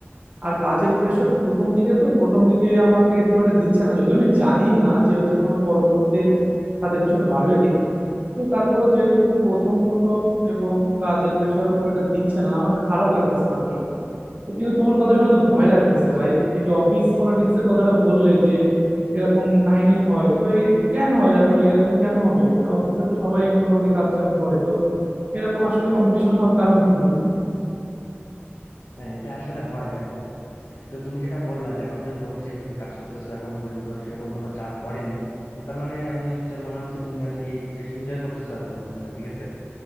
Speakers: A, on the right; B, on the left.
A: আর কাজের প্রেশার প্রথম দিকে তো প্রথম দিকে আমাকে খুব একটা দিচ্ছে না যদিও আমি জানি না যে হচ্ছে তোমার পরবর্তীতে কাজের প্রেশার বাড়বে কিনা তো তারপরও যেহেতু প্রথম প্রথম এবং কাজের প্রেশারও খুব একটা দিচ্ছে না আমার খারাপ লাগতেছে না আসলে তো কিন্তু তোমার কথা শুনে তো ভয় লাগতেছে
B: আচ্ছা
A: ভাই এই যে অফিস পলিটিক্স এর কথাটা বললে যে এরকম কাহিনী হয় তো এই কেন হয় আসলে এরকম কেন হবে অফিসে তো সবাই মোটামুটি কাজ কাম করে তো এরকম আসলে কম্পিটিশন হওয়ার কারণ কি বন্ধু
B: না এটা আসলে হয় দেখো তো তুমি যেটা বললা যে এখন পর্যন্ত অফিসে তুমি কাজ করতেছো এখন পর্যন্ত সেরকম কোনো চাপ পড়েনি তো তার মানে আমি হচ্ছে মনে হচ্ছে তুমি আর কি বেশ এনজয় করতেছো আর কি অফিসটা ঠিক আছে